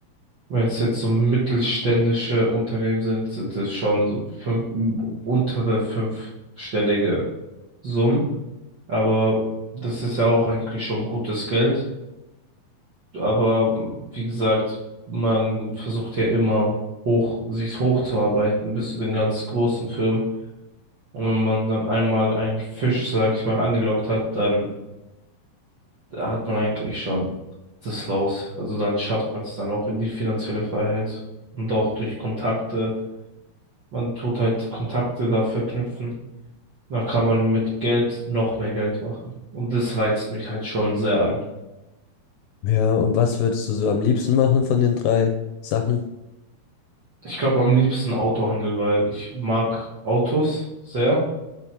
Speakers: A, on the right (about 60°); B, on the left (about 80°).
A: Wenn es jetzt so mittelständische Unternehmen sind, sind es schon so fünf, untere fünfstellige Summen. Aber das ist ja auch eigentlich schon gutes Geld. Aber wie gesagt, man versucht ja immer hoch, sich hochzuarbeiten bis zu den ganz großen Firmen. Und wenn man dann einmal einen Fisch, sag ich mal, angelockt hat, dann hat man eigentlich schon das raus. Also dann schafft man es dann auch in die finanzielle Freiheit und auch durch Kontakte. Man tut halt Kontakte da verknüpfen. Dann kann man mit Geld noch mehr Geld machen. Und das reizt mich halt schon sehr an.
B: Ja, und was würdest du so am liebsten machen von den drei Sachen?
A: Ich glaube am liebsten Autohandel, weil ich mag Autos sehr.